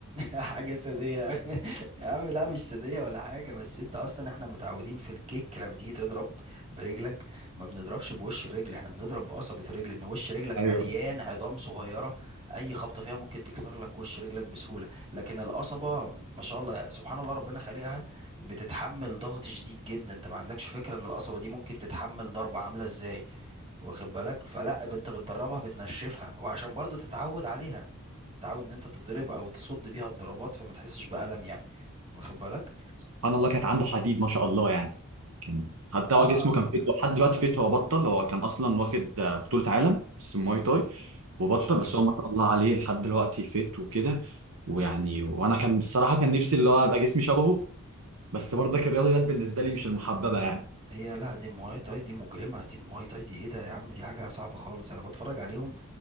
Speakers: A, on the right; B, on the right.
A: حاجة سادية <laughs> يا عم لا مش سادية ولا حاجة بس انت اصلا احنا متعودين في الكيك لما تيجي تضرب برجلك ما بنضربش بوش الرجل احنا بنضرب بقصبة الرجل ان وش رجلك
B: ايوه
A: مليان عظام صغيرة اي خبطة فيها ممكن تكسر لك وش رجلك بسهولة لكن القصبة ما شاء الله سبحان الله ربنا خلقها بتتحمل ضغط شديد جدا انت ما عندكش فكرة ان القصبة دي ممكن تتحمل ضربة عاملة ازاي واخد بالك فلا انت بتدربها بتنشفها وعشان برضو تتعود عليها تتعود ان انت تضرب او تصد بيها الضربات فما تحسش بألم يعني واخد بالك
B: سبحان الله كانت عنده حديد ما شاء الله يعني كان حتى
A: اه
B: هو جسمه
A: انت
B: كان فيت لحد دلوقتي فيت هو بطل هو كان اصلا واخد آه، بطولة عالم بس مواي تاي وبطل
A: ما شاء
B: بس
A: الله
B: هو ما شاء الله عليه لحد دلوقتي فيت وكده ويعني وانا كان الصراحة كان نفسي اللي هو ابقى جسمي شبهه بس برضك الرياضيات بالنسبه لي مش المحببه يعني
A: هي لا دي مواي تاي دي مجرمة دي مواي تاي دي ايه ده يا عم دي حاجة صعبة خالص انا بتفرج عليهم